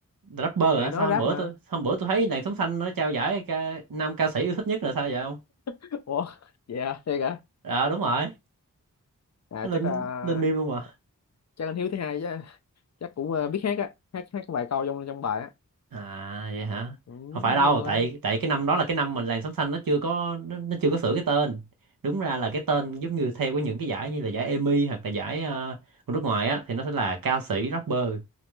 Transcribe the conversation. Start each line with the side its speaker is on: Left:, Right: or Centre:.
Right: rapper
Left: thì
Right: hả
Left: nó
Right: sao
Left: rap
Right: hôm bữa
Left: mà
Right: tôi sao hôm bữa tôi thấy làn sống xanh nó trao giải ca, nam ca sĩ yêu thích nhất là sao vậy không
Left: <laughs> ủa vậy à thiệt hả
Right: à đúng rồi
Left: à
Right: Nó lên
Left: chắc là
Right: lên meme luôn mà
Left: chắc anh Hiếu thứ hai chứ chắc cũng ờ, biết hát á hát hát vài câu trong trong bài á
Right: à vậy hả
Left: ừ,
Right: không phải
Left: đúng
Right: đâu
Left: rồi
Right: tại tại cái năm đó là cái năm mà làn sống xanh nó chưa có nó, nó chưa có sửa cái tên đúng ra là cái tên giống như theo của những cái giải như là giải Emmy hoặc là giải ờ, của nước ngoài á thì nó sẽ là ca sĩ rapper